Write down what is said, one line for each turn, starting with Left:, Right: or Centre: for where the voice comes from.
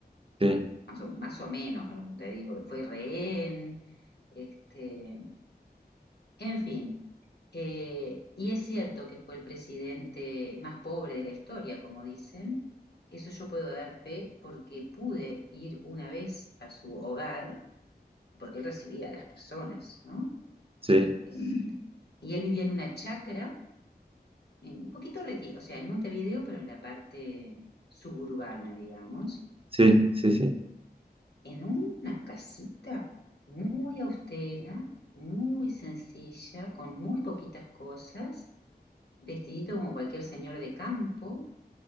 Right: Sí,
Left: Más o, más o menos, ¿no? No Te digo, fue rehén, este, en fin. Eh, y es cierto que fue el presidente más pobre de la historia, como dicen. Eso yo puedo dar fe porque pude ir una vez a su hogar, porque él recibía a las personas, ¿no?
Right: sí,
Left: Eh, y él vivía en una chacra en- un poquito retirado, o sea, en Montevideo, pero en la parte suburbana, digamos,
Right: sí, sí, sí,
Left: en una casita muy austera, muy sencilla, con muy poquitas cosas, vestidito como cualquier señor de campo,